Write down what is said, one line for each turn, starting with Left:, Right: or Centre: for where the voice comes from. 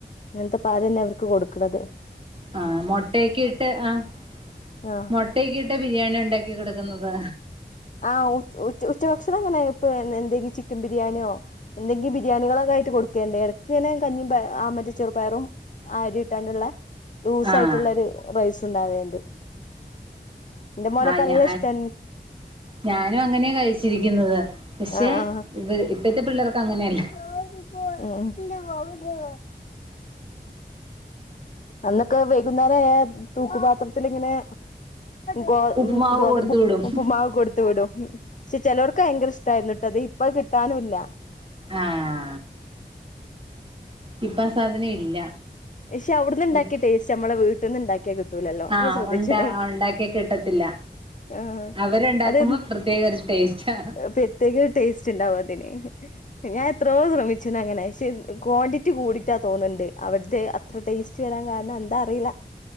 Left: ഇങ്ങനത്തെ പാല് അല്ലേ അവർക്ക് കൊടുക്ണത്
Right: ആ മുട്ടക്കെ ഇട്ട് ആ മെട്ട
Left: ആ
Right: മുട്ടഇട്ടക്കിട്ട ബിരിയാണി ഉണ്ടാക്കി കൊടുക്കുന്നത്
Left: ആഹ് ഉ ഉച്ചഭക്ഷണം ഇങ്ങനെ ഇപ്പെ എന്തെങ്കിലും ചിക്കൻ ബിരിയാണിയോ എന്തെങ്കി ബിരിയാണികള് ഒക്കെ ആയിട്ട് കൊടുക്കല്ണ്ട് ഇടക്ക് ഇങ്ങനെ കഞ്ഞിപയർ ആ മറ്റേചെറുപയറും ആരി ഇട്ടാണ്ടുള്ള ലൂസ്
Right: ആഹ്
Left: ആയിട്ടുള്ള ഒരു റൈസ് ഉണ്ടാവൽ ഉണ്ട് ഇന്റെമോൻ
Right: ആഹ്
Left: നല്ല
Right: ഞാ
Left: ഇഷ്ടണ്
Right: ഞാനും അങ്ങനെയാ കഴിച്ചിരിക്കുന്നത് പക്ഷെ
Left: ആ ആ
Right: ഇ ഇപ്പഴത്തെ പിള്ളേർക്ക് അങ്ങനെയല്ല
Left: <unintelligible> അന്നൊക്കെ വൈകുന്നേരം ആയാ തൂക്കുപാത്രത്തിൽ ഇങ്ങനെ ഗോതമ്പ
Right: ഉപ്പുമാവ്
Left: ഗോതമ്പ്ഉപ്പുമാവ്
Right: കൊടുത്തു വിടും
Left: കൊടുത്തുവിടും പക്ഷെ ചിലവർക്ക് ഭയങ്കരം ഇഷ്ടമായിരുന്നു ട്ടോ ഇപ്പം അത് കിട്ടാനും ഇല്ല
Right: ആഹ് ഇപ്പോ ആ സാധനം ഇല്ല
Left: പക്ഷെ അവിടുന്ന് ഉണ്ടാക്കിയ
Right: ഇപ്പ
Left: ടേസ്റ്റ് നമ്മളെ വീട്ടിൽന്ന് ഉണ്ടാക്കിയാ കിട്ടൂലല്ലോ നിങ്ങൾ
Right: ആഹ്
Left: ശ്രദ്ധിച്ചിണ്
Right: ഉണ്ട ഉണ്ടാക്കി കിട്ടത്തില്ല
Left: ആഹ്
Right: അവര് ഇണ്ടാക്കുമ്പോ
Left: അത്
Right: പ്രത്യേക ഒരു ടേസ്റ്റാ
Left: പ്രത്യേക ഒരു ടേസ്റ്റ് ഉണ്ടാവും അതിന് ഞാൻ എത്രയോ ശ്രമിച്ച്ണ് അങ്ങനെ പക്ഷെ ക്വാണ്ടിറ്റി കൂടിട്ടാ തോന്നുന്നുണ്ട് അവിടുത്തെ അ ത്ര ടെസ്‌റ്റ്‌വരാൻ കാരണം എന്താ അറിയില